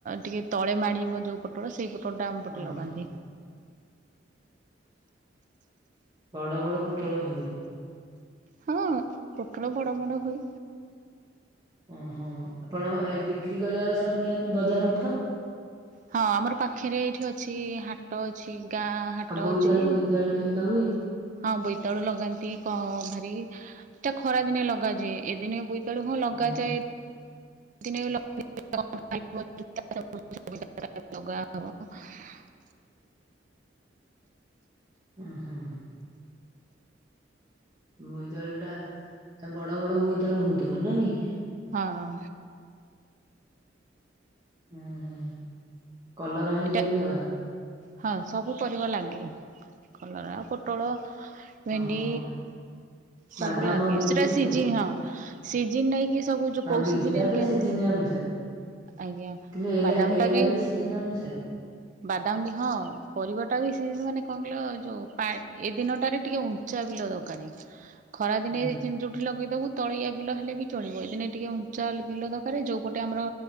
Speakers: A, on the right; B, on the right.
A: ଟିକେ ତଳେ ମାଡ଼ିବ ଯୋଉ ପୋଟଳ ସେ ପୋଟଳ ଆମ ପଟେ
B: ହଁ
A: ଲଗାନ୍ତି।
B: ହଁ ବଡ଼ ବଡ଼ ପୋଟଳ ହୁଏ।
A: ହୁଁ ପୋଟଳ ବଡ଼ ବଡ଼ ହୁଏ।
B: ଓହୋ ଆପଣ ଏ ବିକ୍ରି କରିବାକୁ ସବୁ ନିଅନ୍ତିି ବଜାରକୁ ତ?
A: ହଁ ଆମର ପାଖରେ ଏଇଠି ଅଛି ହାଟ ହାଟ ଅଛି, ଗାଁ ହାଟ
B: ଆଉ ବୋଇତାଳୁ
A: ଅଛି।
B: ବୋଇତାଳୁ ହେରିକା ହୁଏ
A: ହଁ ବୋଇତାଳୁ ଲଗାନ୍ତି କ ଭାରି ତା ଖରା ଦିନେ ଲଗାଜାଏ, ଏ ଦିନେ ବୋଇ ବୋଇତାଳୁ ହଁ ଲଗାଯାଏ।
B: ହୁଁ
A: <unintelligible> ଲଗା ହବ। <unintelligible>
B: ଉଁ ହୁଁ। ବୋଇତାଳୁ ଟା ତା ବଡ ବଡ ବୋଇତାଳୁ ହଉଥିବ ନୁହେଁ କି?
A: ହଁ।
B: ହୁଁ ହୁଁ କଲରା ହରିକି
A: ଏଟା
B: ବି ଲଗାନ୍ତି।
A: ହଁ ସବୁ ପରିବା ଲାଗେ କଲରା ଆଉ ପୋଟଳ। ଭେଣ୍ଡି
B: ହଁ ହଁ
A: ସବୁ
B: ବାଦାମ
A: ଲାଗେ,
B: ବିରି
A: ସେଟା ସିଜି
B: ସବୁ।
A: ହଁ ସିଜିନ୍ ନେଇକି ସବୁ ଯଉ
B: ହଁ
A: କୌସିଜିନ
B: ବିରିଟା
A: ରେ
B: ତ
A: କେମିତିଆ?
B: ସିଜିନି ଅନୁସାରେ
A: ଆଜ୍ଞା
B: କିନ୍ତୁ ଏରା
A: ବାଦାମ
B: ଏରା
A: ଟା ବି
B: ସିଜିନି ଅନୁସାରେ
A: ବାଦାମ ବି? ହଁ ପରିବାଟା ବି ସେଦିନ ମାନେ କଣ କହିଲ ଯେଉଁ ପା ଏ ଦିନଟାରେ ଟିକେ ଉଞ୍ଚା ବିଲ ଦରକାର। ଖରା ଦିନେ
B: ହୁଁ
A: ଚିନି ଉଠି ଲଗେଇଦବୁ। ତଳିଆ ବିଲ ହେଲେ ବି ଚଳିବ ଏଇଦିନେ ଟିକେ ଉଞ୍ଚାଲ ବିଲ ଦରକାର ଯୋଉ ପଟେ ଆମର